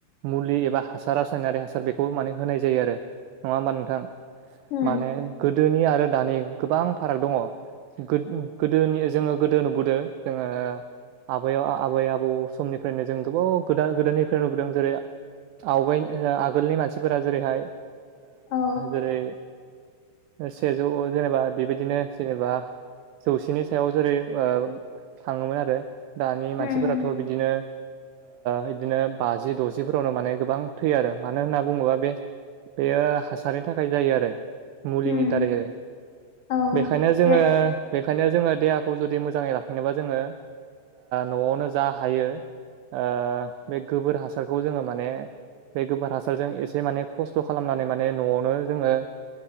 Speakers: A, on the right; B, on the left.
A: मुलि एबा हासार रासायनारि हासार बेखौ माने होनाय जायो आरो नङा होमबा नोंथां
B: उम
A: माने गोदोनि आरो दानि गोबां फाराग दङ गोदोनि जोङो गोदो नुबोदों जोङो आबायाव आबै आबौ समनिफ्रायनो जों गोबाव गोदान गोदाननिफ्रायनो नुबोदों जेरै आवगाय आगोलनि मानसिफोरा जेरैहाय
B: औ
A: जेरै सेजौ जेनेबा बेबायदिनो जेनेबा जौसेनि सायाव जेरै थाङोमोन आरो दानि मानसिफोराथ'
B: उम उम
A: बिदिनो बिदिनो बाजि द'जिफोरावनो माने गोबां थैयो आरो मानो होन्ना बुङोबा बे बेयो हासारनि थाखाय जायो आरो मुलिनि
B: उम
A: दारै आरो
B: औ
A: बेखायनो जोङो
B: रे
A: बेखायनो जोङो देहाखौ जुदि मोजाङै लाखिनोबा जोङो न'आवनो जा हायो ओ बे गोबोर हासारखौ जोङो माने बे गोबोर हासारजों एसे माने खस्थ' खालामनानै माने न'आवनो जोङो